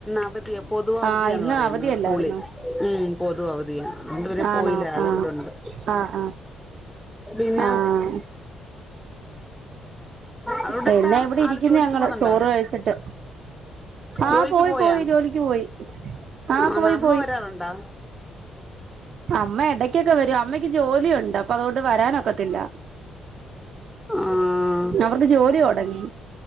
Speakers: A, in the centre; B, on the right (about 60°).
A: അവധിയ പൊതുവ അവധിയാന്ന്
B: ആഹ് ഇന്ന്
A: പറയുന്നത്
B: അവധിയല്ലായിരുന്നോ
A: സ്കൂളിൽ ഉ പൊതു അവധിയ അതുകൊണ്ട് പിന്നെ പോയില്ല
B: ആണോ
A: ആള്
B: ആഹ്
A: ഇവട്ണ്ട്
B: ആഹ് ആഹ്
A: പിന്നെ
B: ആഹ്
A: അവിടത്തെ
B: പിന്നെ ഇവിടെ
A: ആള്
B: ഇരിക്കുന്നു
A: ജോലിക്ക്
B: ഞങ്ങള്
A: പോവുന്നുണ്ടോ
B: ചോറ് കഴിച്ചിട്ട് ആഹ്
A: ജോലിക്ക്
B: പോയി
A: പോയാ
B: പോയി ജോലിക്ക് പോയി ആഹ്
A: ആ
B: പോയി
A: നമ്മ
B: പോയി
A: ഒരാളുണ്ടോ
B: അമ്മ ഇടക്കൊക്കെ വരും അമ്മയ്ക്ക് ജോലിയുണ്ട് അപ്പൊ അതുകൊണ്ട് വരാനൊക്കത്തില്ല
A: ആഹ
B: അവർക്ക് ജോലി തുടങ്ങി